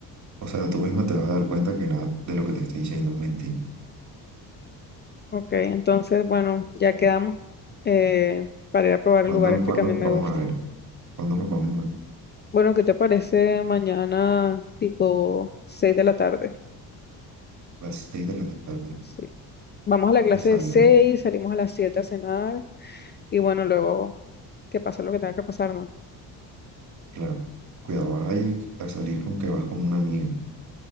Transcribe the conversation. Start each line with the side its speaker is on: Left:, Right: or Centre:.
Right: O sea, tú mismo te vas a dar cuenta que nada de lo que te estoy diciendo es mentira.
Left: Ok, entonces, bueno, ya quedamos eh, para ir a probar
Right: ¿Cuándo,
Left: el lugar este
Right: cuándo
Left: que a mí
Right: nos
Left: me
Right: vamos
Left: gusta.
Right: a ver? ¿Cuándo nos vamos a ver?
Left: Bueno, ¿qué te parece mañana tipo 6 de la tarde?
Right: Las seis de la tarde.
Left: Sí. Vamos a la clase
Right: Está
Left: de
Right: bien,
Left: 6, salimos a las 7 a cenar y bueno, luego que pase lo que tenga que pasar, ¿no?
Right: claro. Cuidado, vas a ir a salir con que vas con una amiga,